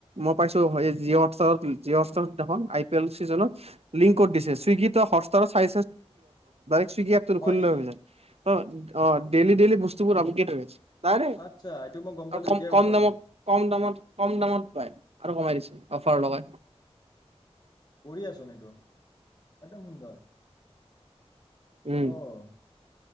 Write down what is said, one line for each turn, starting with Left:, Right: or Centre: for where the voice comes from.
Right: মই পাইছো এই জিঅ' হোৱাটছপত জৃহসখন আই পি এল ছিজনত লিংক
Left: উম
Right: কৰি দিছে ছুইগিত চাই চি সুগি আপ্তুল
Left: হয়
Right: খুল
Left: নেকি
Right: অভিযান অ ডেইলি ডেইলি বস্তুবোৰ আমি কেেইৈছে নাই ন
Left: আচ্ছা এইটো মই গম
Right: আৰু
Left: পালোঁ
Right: কম
Left: এতিয়াই
Right: কম
Left: গম পালোঁ
Right: দামত কম দামত কম দামত পায় আৰু কমাই দিছে অফাৰ লগাই
Left: ব আচো এইটো একদম সুন্দৰ
Right: উম
Left: আহ